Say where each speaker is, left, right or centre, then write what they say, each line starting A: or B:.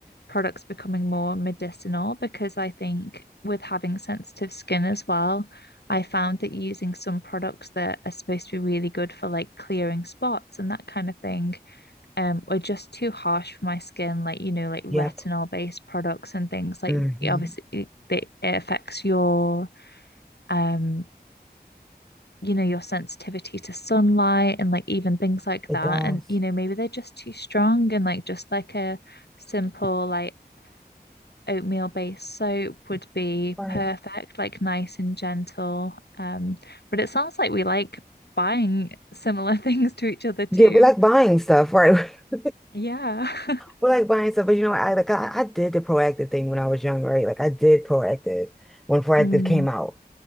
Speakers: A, on the left (about 80°); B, in the centre.
A: products becoming more medicinal because I think with having sensitive skin as well, I found that using some products that are supposed to be really good for like clearing spots and that kind of thing um were just too harsh for my skin like you know like retinol
B: Yep.
A: based products and things like
B: hmm
A: obviously it, it affects your um you know your sensitivity to sunlight and like even things like
B: It
A: that
B: does.
A: and you know maybe they're just too strong and like just like a simple like oatmeal based soap would be
B: Right.
A: perfect like nice and gentle um but it sounds like we like buying similar <laughs> things to each other too
B: Yeah, we like buying stuff, right? <laughs>
A: yeah <laughs>
B: We like buying stuff, but you know, I like I, I did the proactive thing when I was young, right? Like I did proactive when proactive
A: mm,
B: came out.